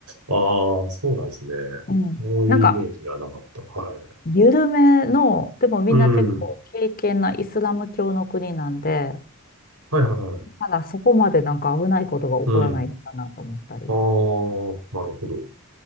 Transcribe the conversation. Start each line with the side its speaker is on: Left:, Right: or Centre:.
Right: あ、そうなんですね。
Left: うん。
Right: そういうイメージではなかった。
Left: なんか、
Right: はい。
Left: 緩めの、でもみんな結構敬虔なイスラム教の国なんで、
Right: うん。はいはいはい。
Left: ただそこまでなんか危ないことが起こらないのかなと思ったり、
Right: うん。ああ、
Left: そ
Right: なるほど。